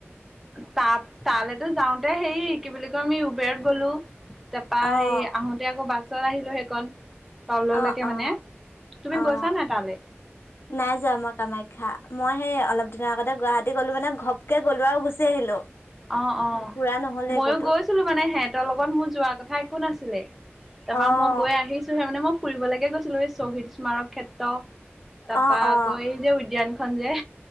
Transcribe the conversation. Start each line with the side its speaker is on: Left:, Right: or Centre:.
Centre: ত তালেতো যাওঁতে হেই কি বুলি কয় আমি উবেৰত গ'লো। তাৰপা
Left: অ'
Centre: হে আহোতে আকৌ বাছত আহিলো সেইকণ। তললৈকে
Left: অ' অ'
Centre: মানে তুমি
Left: অ'
Centre: গৈছা নাই তালে।
Left: নাই যোৱা মই কামাখ্যা মই সেই অলপ দিনৰ আগতে গুৱাহাটী গলো মানে ঘপকে গ'লো আৰু গুচি আহিলো।
Centre: অ, অ
Left: ফুৰা নহ'লে
Centre: মইো
Left: ক'তো
Centre: গৈছিলো মানে সিহঁতৰ লগত মোৰ যোৱাৰ কথা একো নাছিলে। তাৰপৰা
Left: অ'
Centre: মই গৈ আহিছোহে মানে মোক। ফুৰিবলৈকে গৈছিলো এই শ্বহীদ স্মাৰক ক্ষেত্ৰ। তাৰাপা
Left: অ' অ'
Centre: আকৌ এই যে উদ্যান উদ্যান খন যে